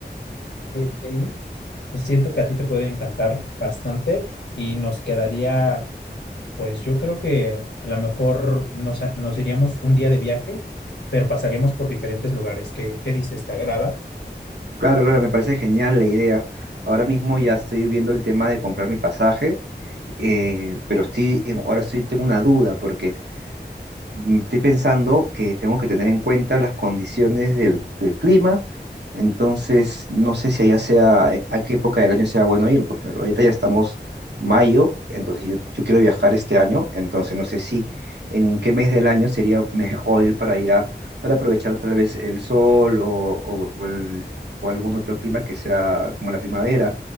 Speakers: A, on the left (about 80°); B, on the right (about 70°).
A: hay ahí. Siento que a ti te puede encantar bastante y nos quedaría, pues yo creo que a lo mejor nos, nos iríamos un día de viaje, pero pasaríamos por diferentes lugares. ¿Qué, qué dices? ¿Te agrada?
B: Claro, claro, me parece genial la idea. Ahora mismo ya estoy viendo el tema de comprar mi pasaje, eh, pero estoy, en- ahora estoy, tengo una duda porque mm, Estoy pensando que tengo que tener en cuenta las condiciones del, del clima, entonces no sé si allá sea, eh, a qué época del año sea bueno ir, pues, pero ahorita ya estamos mayo, entonces yo, yo quiero viajar este año, entonces no sé si en qué mes del año sería mejor ir para allá para aprovechar tal vez el sol o, o- o el- o algún otro clima que sea como la primavera,